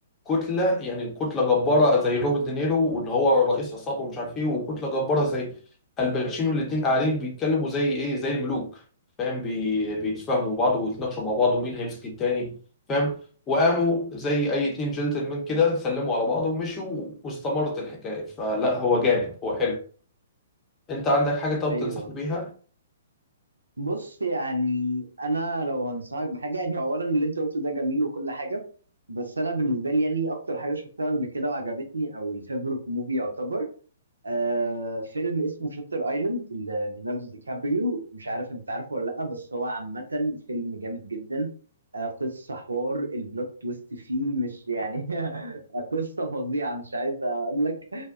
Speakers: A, on the left (about 20°); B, on the right (about 80°).
A: كتلة يعني كتلة جبارة زي روبرت دينيرو واللي هو رئيس عصابة ومش عارف ايه وكتلة جبارة زي الباتشينو الاتنين قاعدين بيتكلموا زي ايه زي الملوك فاهم بي... بيتفاهموا بعض ويتناقشوا مع بعض ومين هيمسك التاني فاهم وقاموا زي اي اتنين جنتلمان كده سلموا على بعض ومشوا واستمرت الحكاية فلا هو جامد هو حلو انت عندك حاجة طب
B: ايوه
A: تنصحني بيها
B: بص يعني انا لو هنصحك بحاجه يعني اولا اللي انت قلته ده جميل وكل حاجه بس انا بالنسبه لي يعني اكتر حاجه شفتها قبل كده وعجبتني او الفيفورت موفي يعتبر آه فيلم اسمه شاتر ايلاند ليوناردو دي كابريو مش عارف انت عارفه ولا لا بس هو عامه فيلم جامد جدا آه قصه حوار البلوت تويست فيه مش يعني <laughs> قصه فظيعه مش عايز اقول لك